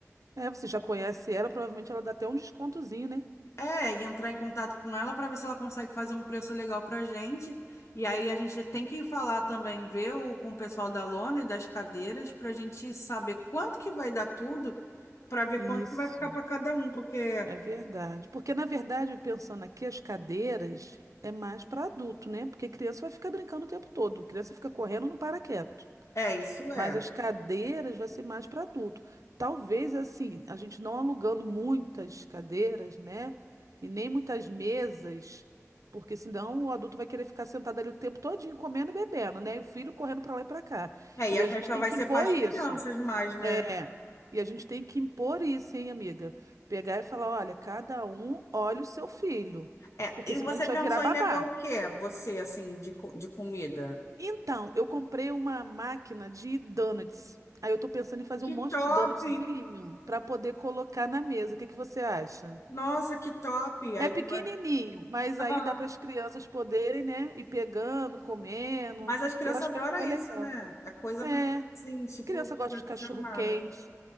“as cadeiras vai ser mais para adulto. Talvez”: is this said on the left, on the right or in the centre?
Right